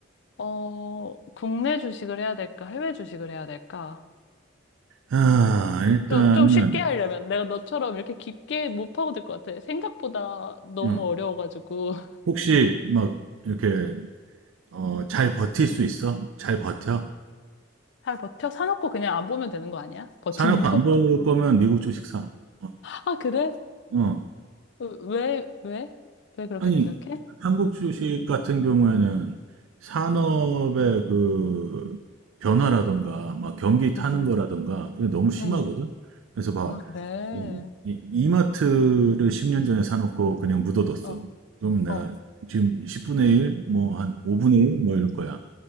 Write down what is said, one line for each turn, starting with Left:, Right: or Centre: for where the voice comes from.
Left: 어, 국내 주식을 해야 될까? 해외 주식을 해야 될까?
Right: 아, 일단은,
Left: 좀, 좀 쉽게 하려면 내가 너처럼 이렇게 깊게 못 파고들 것 같아. 생각보다 너무
Right: 어,
Left: 어려워가지고. <laughs>
Right: 혹시 막 이렇게 어, 잘 버틸 수 있어? 잘 버텨?
Left: 잘 버텨? 사놓고 그냥 안 보면 되는 거 아니야? 버티는
Right: 사놓고
Left: 거?
Right: 안 먹을
Left: <laughs>
Right: 거면 미국 주식 사. 어,
Left: 아, 그래?
Right: 어.
Left: 왜, 왜? 왜 그렇게
Right: 아니,
Left: 생각해?
Right: 한국 주식 같은 경우에는 산업의
Left: 응,
Right: 그 변화라든가, 막 경기 타는
Left: 응, 응.
Right: 거라든가, 그게 너무 심하거든?
Left: 응, 응.
Right: 그래서 봐,
Left: 아, 그래.
Right: 이, 이, 마트를 10년 전에 사놓고 그냥 묻어뒀어.
Left: 어,
Right: 그러면 내가
Left: 어.
Right: 지금 10분의 1, 뭐 한 5분의 1, 뭐 이럴 거야.